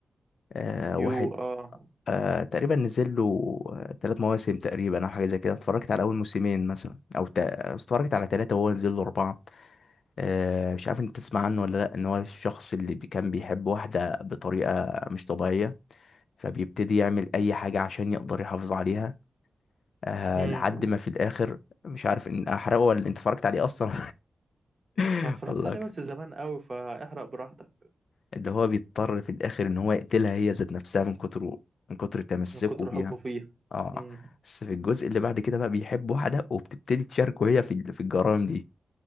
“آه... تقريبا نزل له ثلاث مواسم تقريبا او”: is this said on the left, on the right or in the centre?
Left